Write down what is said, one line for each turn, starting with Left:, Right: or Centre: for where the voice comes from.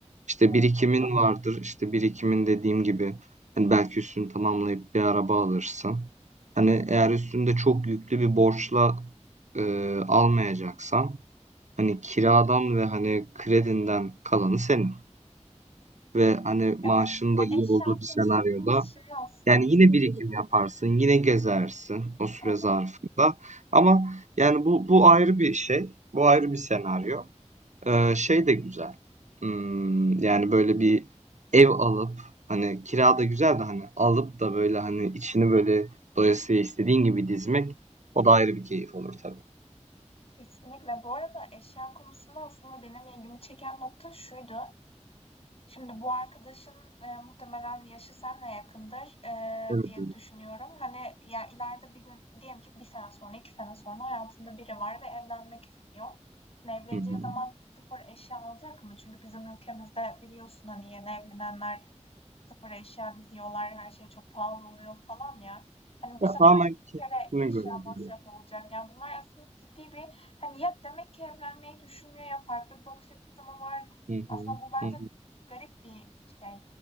Right: İşte
Left: Doğru.
Right: birikimin vardır. İşte birikimin dediğim gibi hani belki üstünü tamamlayıp bir araba alırsın. Hani eğer üstünde çok yüklü bir borçla eee, almayacaksan hani kiradan ve hani kredinden kalanı senin. Ve hani
Left: Evet,
Right: maaşın
Left: ya
Right: da iyi
Left: eşya
Right: olduğu bir
Left: konusu
Right: senaryoda
Left: biraz şey aslında
Right: yani
Left: bizim
Right: yine birikim yaparsın, yine gezersin o süre
Left: evet,
Right: zarfında. Ama yani bu bu ayrı bir şey, bu ayrı bir senaryo. Ee, şey de güzel. Hmm, yani böyle bir ev alıp hani kira da güzel de hani alıp da böyle hani içini böyle doyasıya istediğin gibi dizmek o da ayrı bir keyif olur tabii.
Left: kesinlikle. Bu arada eşya konusunda aslında benim ilgimi çeken nokta şuydu. Şimdi bu arkadaşın e, muhtemelen yaşı senle yakındır e,
Right: Evet.
Left: diye düşünüyorum. Hani ya ileride bir gün diyelim ki bir sene sonra, iki sene sonra hayatında biri var ve evlenmek istiyor. Şimdi evleneceği
Right: Hı hı.
Left: zaman sıfır eşya alacak mı? Çünkü bizim ülkemizde biliyorsun hani yeni evlenenler Sıfır eşya diziyorlar, her şey çok pahalı oluyor falan ya. Hani bu
Right: Ya
Left: sefer
Right: tamamen
Left: iki
Right: keyfine
Left: kere eşya
Right: göre böyle.
Left: masrafı olacak. Yani bunlar aslında ciddi bir hani ya demek ki evlenmeyi düşünmüyor ya farklı bir bakış açısı mı var?
Right: Hı
Left: Aslında
Right: hı.
Left: bu bence
Right: Hı hı.
Left: garip bir şey.